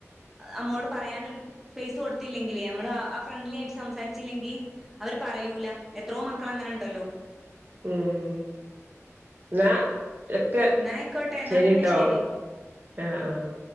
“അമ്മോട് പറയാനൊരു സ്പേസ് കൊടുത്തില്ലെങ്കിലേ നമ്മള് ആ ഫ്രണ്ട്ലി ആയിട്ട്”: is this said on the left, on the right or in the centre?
Centre